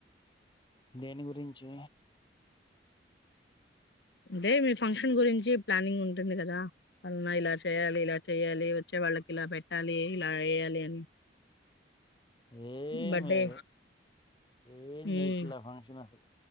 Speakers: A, on the left; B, on the left.
A: దేని గురించి,
B: అదే మీ ఫంక్షన్ గురించి ప్లానింగ్ ఉంటుంది కదా అన్న ఇలా చేయాలి ఇలా చెయాలి వచ్చే వాళ్ళకి ఇలా పెట్టాలి ఇలా ఏయాలి అని
A: ఏం
B: బర్త్డే
A: లేదు ఏం
B: హ్మ్
A: చెయట్లా ఫంక్షన్ అసలు